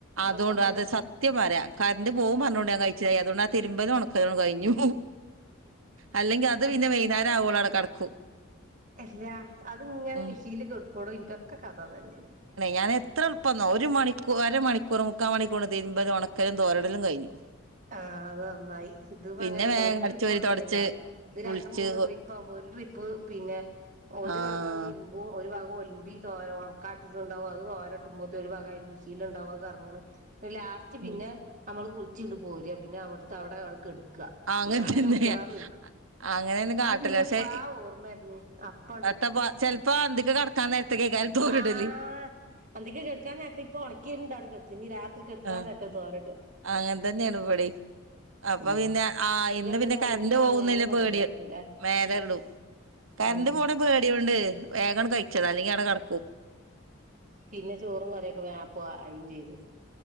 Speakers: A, on the right (about 35°); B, on the right (about 80°).
A: അതൊക്കെ
B: അതുകൊണ്ട്
A: കൊണ്ടന്ന്
B: അത് സത്യ പറ കറണ്ട് പോവും പറഞ്ഞോണ്ട് ഞാൻ കഴിച്ചിലായി അതുകൊണ്ടാ തിരുമ്പലും ഉണക്കലും കഴിഞ്ഞു. അല്ലെങ്കി അത്
A: അടിക്കല്
B: പിന്നെ വൈന്നേരം ആവോളം അവിടെ കടക്കും.
A: എല്ലാ അത് ഇങ്ങനെ
B: ഉം
A: മെഷീനിൽക്കെടക്കെടോ ഇന്റൊക്കെ കഥ അതന്നെ.
B: ഞാന് എത്ര എളുപ്പംന്നോ ഒരു മണിക്കൂ അര മണിക്കൂർ മുക്കാ മണിക്കൂറോണ്ട് തിരുമ്പലും ഉണക്കലും തോരടലും കഴിഞ്ഞു.
A: ആ അത് നന്നായി ഇത് ഇപ്പൊ
B: പിന്നെ
A: അങ്ങനല്ല
B: വേഗം
A: ഒരു ട്രിപ്പ്
B: അടിച്ചുവാരി
A: ഒന്നല്ലല്ലോ?
B: തുടച്ച്
A: ഇത്
B: കുളിച്ച്
A: രണ്ട് മൂന്നും ട്രിപ്പ് ആവുമ്പോ ഒരു ട്രിപ്പ് പിന്നെ ഒരു
B: ആഹ്
A: വക ഇരുമ്പും ഒരു വക ഒലുമ്പി തോര ഉണക്കാട്ടിട്ടുണ്ടാവു അത് തോര ഇട്ടുമ്പോത്തെ ഒരു വക മിഷീനില് ഉണ്ടാവും അത് കറങ്ങ്ണ്. ലാസ്റ്റ് പിന്നെ
B: ഉം
A: നമ്മള് കുളിചിങ്ങ്ട്ട് പോര പിന്നെ അവിടുത്തെ അവിടെ അവ കെട് ക്ക.
B: ആ, അങ്ങനെ
A: ഞാൻ പിന്ന
B: തന്നെയാ
A: മിക്കിയവാറുഏ
B: അങ്ങനെയൊന്നും കാട്ടല്
A: അത് പിന്നെ
B: പക്ഷെ
A: എപ്പാളാ ഓർമ്മ വര്ണേ അപ്പണ്ട്.
B: <unintelligible> ചെലപ്പോ അന്തിക്ക് ക <unintelligible> ക്കാരും തോരിടല്.
A: ആഹ് അന്തിക്ക് കെടക്കാൻ നേരത്ത് ഇപ്പൊ ഒണക്കിയിട്ടുണ്ട് അവിടെ കെടക്കും ഇനി രാത്രി കെടക്കാൻ
B: ആ
A: നേരത്താ തോരയിടുക
B: അങ്ങൻതന്നെയാണ് ഇവടിം. അപ്പൊ
A: ഉം
B: പിന്നെ ആ
A: ഇജ്ജ്
B: ഇന്ന്
A: എവിടെ
B: പിന്നെ
A: തോരയിടല്
B: കറണ്ട് പോകുന്നില്ല
A: ആഹ് മേലെ കൊണ്ടോയി
B: പേടി
A: തോരയിടുല്ലേ
B: മേല ഇടും. കറണ്ട്
A: ആഹ്
B: പോണ പേടിയൊണ്ട് വേഗണ് കഴിച്ചതാ അല്ലെങ്കി അവിടെ കിടക്കും.
A: പിന്നെ ചോറും കറിയൊക്കെ വേ അപ്പം ആയും ചെയ്തു.